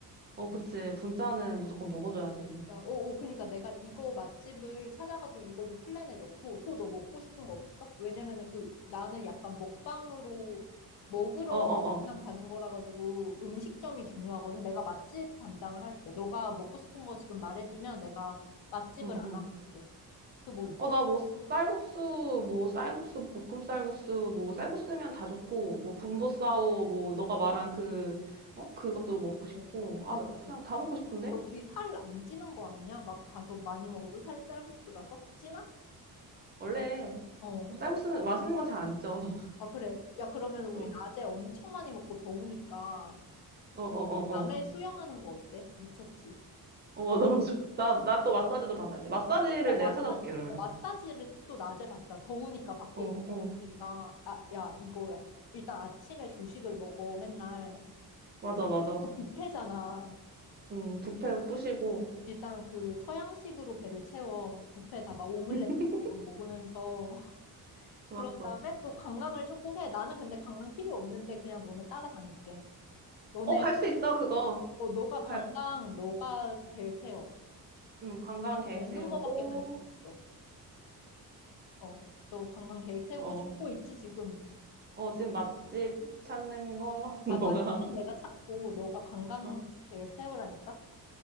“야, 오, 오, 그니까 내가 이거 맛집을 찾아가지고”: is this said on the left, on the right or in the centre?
Left